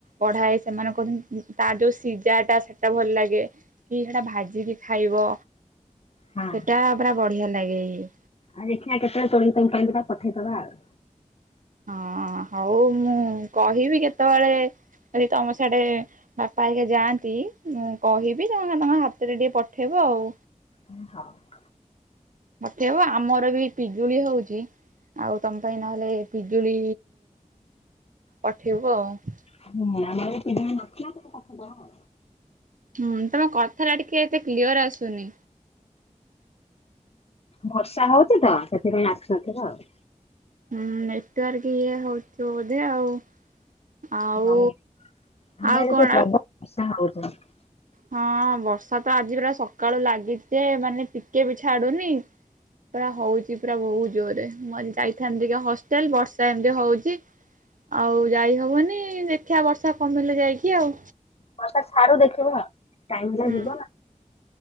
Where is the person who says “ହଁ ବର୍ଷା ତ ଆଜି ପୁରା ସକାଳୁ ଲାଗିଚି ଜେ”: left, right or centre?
Right